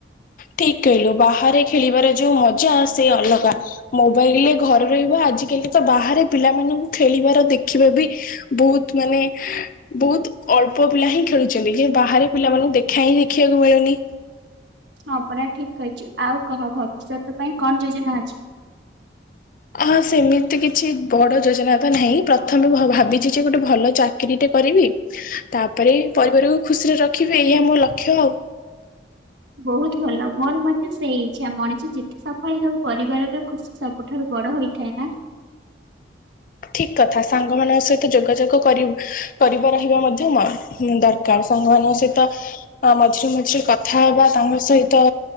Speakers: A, on the left (about 45°); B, on the right (about 85°).
A: ଠିକ୍ କହିଲୁ ବାହାରେ ଖେଳିବାର ଯୋଉ ମଜା ସେ ଅଲଗା। ମୋବାଇଲରେ ଘରେ ରହିବ ଆଜିକାଲି ତ ବାହାରେ ପିଲାମାନଙ୍କୁ ଖେଳିବାର ଦେଖିବା ବି ବହୁତ ମାନେ ବହୁତ ଅଳ୍ପ ପିଲା ହିଁ ଖେଳୁଛନ୍ତି ଯେ ବାହାରେ ପିଲାମାନଙ୍କୁ ଦେଖା ହିଁ ଦେଖିବାକୁ ମିଳୁନି।
B: ହଁ ପରା ଠିକ୍ କହିଛୁ, ଆଉ କହ ଭବିଷ୍ୟତ ପାଇଁ କଣ ଯୋଜନା ଅଛି?
A: ଆହା ସେମିତି କିଛି ବଡ଼ ଯୋଜନା ତ ନାହିଁ ପ୍ରଥମେ ଭ ଭାବିଛି ଯେ ଗୋଟେ ଭଲ ଚାକିରିଟେ କରିବି ତାପରେ ପରିବାରକୁ ଖୁସିରେ ରଖିବି ଏଇଆ ମୋ ଲକ୍ଷ୍ୟ ଆଉ।
B: ବହୁତ ଭଲ ମୋର ମଧ୍ୟ ସେଇ ଇଚ୍ଛା ମଣିଷ ଯେତେ ସଫଳ ହେଉ ପରିବାର ର ଖୁସି ସବୁଠାରୁ ବଡ ହେଇ ଠାଏ ନା।
A: ଠିକ୍ କଥା ସାଙ୍ଗ ମାନଙ୍କ ସହି ଯୋଗାଯୋଗ କରି କର ରହିବା ମଧ୍ୟ ଦରକାର ସାଙ୍ଗମାନଙ୍କ ସହିତ ମଝିରେ ମଝିରେ କଥାହବା ତାଙ୍କ ସହିତ